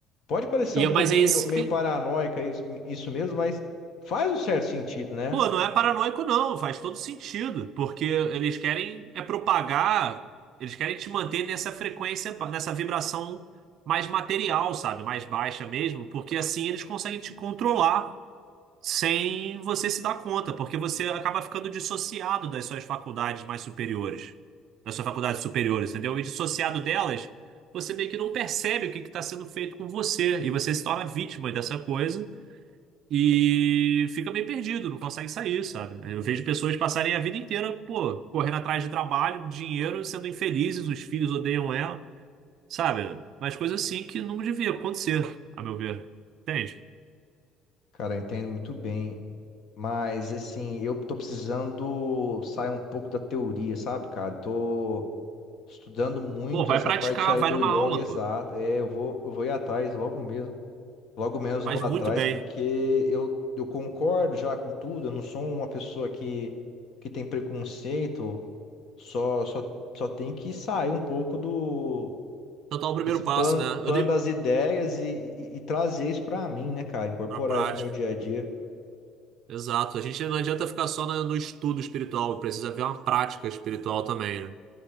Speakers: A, on the left (about 45°); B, on the right (about 50°).
A: Pode parecer
B: E,
A: um
B: é-
A: pouco
B: mas é
A: meio,
B: isso
A: meio
B: que,
A: paranoica isso, isso mesmo, mas faz um certo sentido, né?
B: pô, não é paranoico, não, faz todo sentido, porque eles querem é propagar, eles querem te manter nessa frequência, nessa vibração mais material, sabe? Mais baixa mesmo, porque assim eles conseguem te controlar. sem você se dar conta, porque você acaba ficando dissociado das suas faculdades mais superiores, das suas faculdades superiores, entendeu? E dissociado delas, você meio que não percebe o que está sendo feito com você, e você se torna vítima dessa coisa e fica meio perdido, não consegue sair, sabe? Eu vejo pessoas passarem a vida inteira, pô, correndo atrás de trabalho, dinheiro, sendo infelizes, os filhos odeiam ela, sabe? Mas coisas assim que não devia acontecer, a meu ver. Entende?
A: Cara, eu entendo muito bem. Mas, assim, eu tô precisando sair um pouco da teoria, sabe, cara? Tô estudando muito
B: Pô, vai
A: essa
B: praticar,
A: parte aí
B: vai
A: do
B: numa
A: yoga
B: aula,
A: exato.
B: pô.
A: É, eu vou, eu vou ir atrás logo mesmo. Logo menos
B: Faz
A: eu vou atrás,
B: muito bem.
A: porque eu, eu concordo já com tudo, eu não sou uma pessoa que, que tem preconceito, só, só, só tem que sair um pouco do
B: Então tá o
A: desse
B: primeiro
A: plano,
B: passo, né?
A: plano
B: Eu dei
A: das ideias e, e- e trazer isso pra mim, né, cara? Incorporar
B: pra prática.
A: isso no meu dia a dia.
B: Exato. A gente não adianta ficar só na- no estudo espiritual, precisa ver uma prática espiritual também, né?